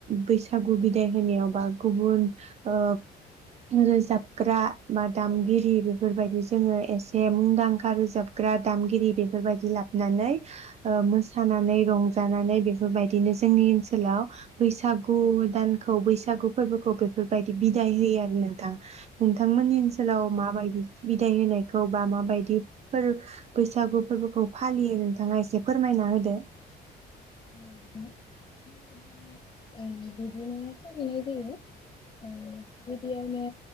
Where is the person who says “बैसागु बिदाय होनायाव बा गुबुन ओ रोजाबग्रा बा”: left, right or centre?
Right